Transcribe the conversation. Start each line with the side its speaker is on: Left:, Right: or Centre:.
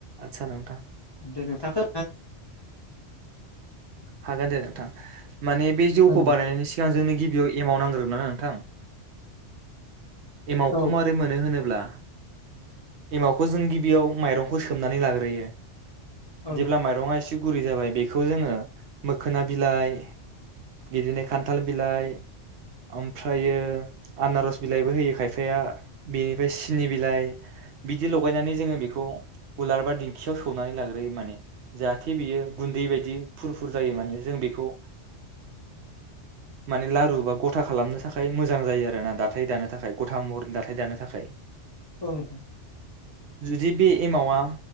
Right: आदसा नोंथां
Left: दे नोंथाङा
Right: हागोन दे नोंथां माने बे जौखौ
Left: फोर
Right: बानायनायनि सिगां जोंनो गिबि बेयाव एमाव नांग्रोगोन ना नोंथां एमावखौ
Left: औ
Right: मारै मोनो होनोब्ला एमावखौ जों गिबियाव माइरंखौ सो मनानै लाग्रोयो
Left: नोंथां
Right: जेब्ला माइरङा एसे गुरि जाबाय बेखौ जोङो मोखोना बिलाइ बिदिनो खान्थाल बिलाइ ओमफ्रायो आनारस बिलाइबो होयो खायफाया बेनिफ्राय सिनि बिलाइ बिदि लगायनानै जोङो बेखौ उलार बा दिंखियाव सौनानै लाग्रोयो माने जाहाथे बियो गुन्दै बायदि फुरफुर जायो माने जों बेखौ माने लारु बा गथा खालामनो थाखाय मोजां जायो आरो ना दाथाय दानो थाखाय गथा महरनि दाथाय दानो थाखाय
Left: औ नोंथां
Right: जुदि बे एमावा